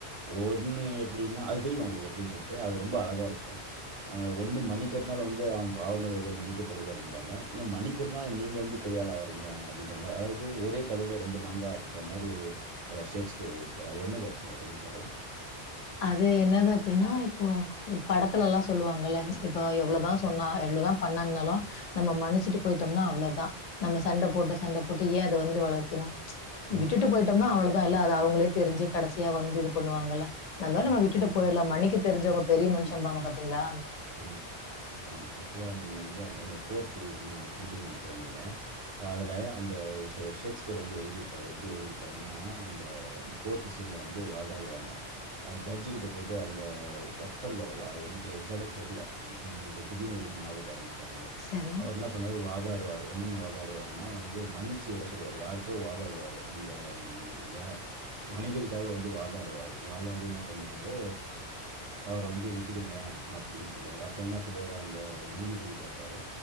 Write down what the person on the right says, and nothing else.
ஒன்னு எப்டின்னா அது தெரியுமா உங்களுக்கு எப்டின்னு சொல்ட்டு அது ரொம்ப அழகா இருக்கு அ ஒன்னு மன்னி க்கறனால வந்து அவ்ங் பாவங்கள் எதோ மன்னிக்கப்படுது அப்டிம்பாங்க இன்னு மன்னிக்கறத்னால நீங்க வந்து பெரியளா வறீங்க அப்டின்ற மா அதாவது ஒரே கல்லுல ரெண்டு மாங்கா அப்டின்ற மாரி அத ஷேக்ஸ்பியர் எதிர்பார் அது என்னது ஆக்சுலா சொல்லுங் பாக்கலா
ஆமா.
ம்.
ஆமாமா ஆமா ஆக்சுலா நீங்க வந்து என்னோட கோர் குழு ம பிடிக்கல நெனைக்கிற நீங்க அதல அந்த ஷே ஷேக்ஸ்பியர் வந்து எழுதிருப்பாரு எப்டி எழுதிருப்பாருனா அந்த கோர்ட் சீன்ல வந்து வாதாடுவாங்க அ ஜட்ஜ் கிட்ட போய்ட்டு அந்த ஒத்தல்லோ வா எனக்கு எக்ஸாட்டா தெர்ல ம் என்ன சொல்றது திடீர்னு எதுமே நியாபகோ வர மா டங்கது
அவர் என்னா பண்ணாரு வாதா டுவாரு என்னென்னு வாதாடுவார்னா வந்து மன்னிச்சி விட சொல்லுவாரு யாருக்கோ வாதாடுவாரு அந்த ம் யா வணிகருக்காக வந்து வாதாடுவாரு வாதாடி என்ன பண்ணுவாரு அவர வந்து விட்டுடுங்க அப் டின் சொல்லுவாரு அப்ப என்னா சொல்லுவாரு அந்த நீதிபதி கேப்பாரு